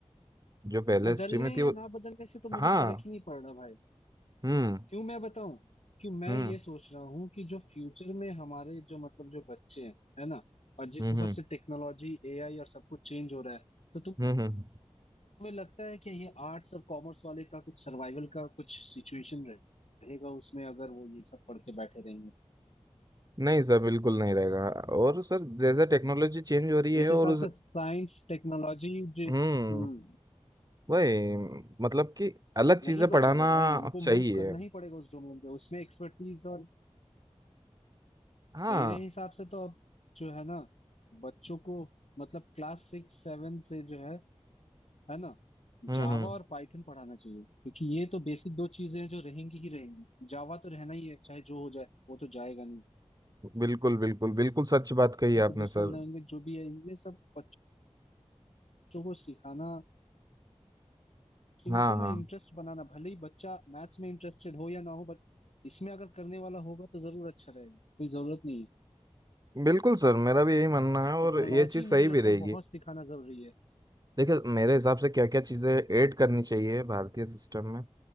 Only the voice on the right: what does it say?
जो पहले
स्ट्रीम में थी
वो
हाँ
हम्म
हम्म
हम्म
हम्म
हम्म हम्म। हम्म।
नहीं सर बिल्कुल नहीं रहेगा और सर जैसे टेक्नोलॉजी चेंज हो रही
है और
उस
हम्म
वही मतलब कि अलग चीजें
पढ़ाना
चाहिए
हाँ
हम्म
हम्म
बिल्कुल बिल्कुल बिल्कुल सच बात कही
आपने
सर
हाँ
हाँ
बिल्कुल सर मेरा भी यही मानना है और
ये चीज़ सही
भी रहेगी
देखिए मेरे हिसाब से क्या क्या चीज़ें ऐड करनी चाहिए भारतीय सिस्टम में